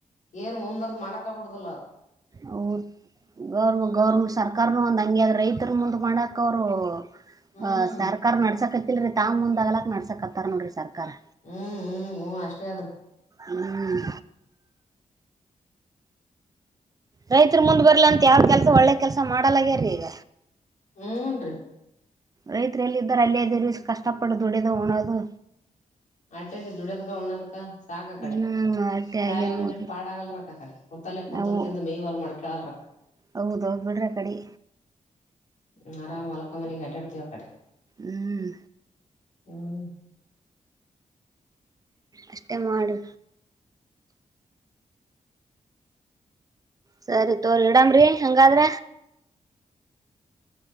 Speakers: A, on the left; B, on the right.
A: ಏನ್ ಮುಂದರ್ದ ಮಾಡಕ ಆಬಿಡುದಲ್ಲ
B: ಹ ಗೌರ್ ಗೌರ್ಂಟ್ ಸರ್ಕಾರನು ಒಂದ್ ಹಂಗ್ಯದ ರೈತರ ಮುಂದ್ಕಕ್ ಅವ
A: ಹ್ಮ್
B: ಹ ಸರ್ಕಾರ ನಡ್ಸಕ ಇಲ್ರಿ ತಂಗ ಮುಂದ ಆಗಲಕ್ ನಡ್ಸಕಕ್ತ್ತಾರ ನೋಡರಿ ಸರ್
A: ಹ್ಮ್ ಹ್ಮ್ ಹ್ಮ್ ಅಷ್ಟೇ ಅದ್ರಿ
B: ಹ್ಮ್ ರೈತರು ಮುಂದ್ ಬರ್ಲಂತ ಯಾವ್ ಕೆಲ್ಸ ಒಳ್ಳೆ ಕೆಲ್ಸ ಮಾ ಡಲಗ್ಯ್ರೀ ಈಗ
A: ಹೂನ್
B: ರೈತರು ಎಲ್ಲಿದ್ದರ ಅಲ್ಲೇ ದ ಕಷ್ಟಪಟ್ಟು ದುಡದು ಉಣೋದು
A: ಆಟ್ಟದ ದುಡ್ಯದ್ಕ ಉಣ್ಣದಕ ಸಾಕ ಕಡೆ
B: ಹ್ಮ್ ಅಟ್ಟೆ
A: ತಾವಿಿನಂದ
B: ಆಗ್ಯ ನೋಡಿ
A: ಇಿಟ್ಟ ಪಾಡ ಆಗಲ್ರಕ್ಕ ಆ ಕಡೆ ಕುೂತಲೆ ಕುೂಂತು
B: ಅವು
A: ತಿಂದು ಮೇಯ್ವಲ್ ಮಾಡ್ಕೇಳಲ್ರಕ್ಕ
B: ಹೌದೌದ್ ಬಿಡ್ರಿ ಆ ಕಡಿ
A: ್ಮ ಆರಾಮ್ ಒಲಕ ಮನಿ ಗಡ್ಡೆ ಅಡ್ತೀ ಅ ಕಡೆ
B: ಹ್ಮ್
A: ಹ್ಮ್
B: ಅಷ್ಟೇ ಮಾಡಿ ಸರಿ ತೋರಿ ಇಡಾಮ್ರರಿ ಹಂಗಾದ್ರ